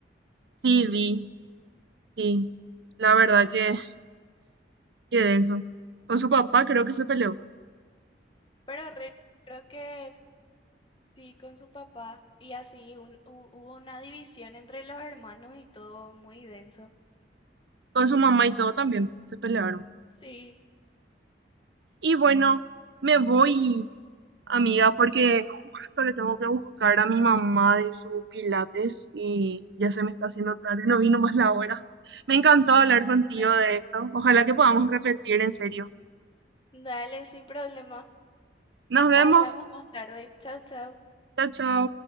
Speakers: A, on the right; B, on the left.
A: Sí, vi. Y la verdad que, que de eso. Con su papá creo que se peleó.
B: Pero re- creo que sí, con su papá. Y así un- hu- hubo una división entre los hermanos y todo muy denso.
A: Con su mamá y todo también se pelearon.
B: Sí.
A: Y bueno, me voy,
B: <clears throat>
A: amiga, porque justo le tengo que buscar a mi mamá de su pilates y ya se me está haciendo tarde, no vino más la hora. Me encantó hablar contigo
B: Dale,
A: de esto. Ojalá que podamos repetir en serio.
B: dale, sin problema.
A: Nos vemos.
B: Hablamos más tarde. Chao, chao.
A: Chao, chao.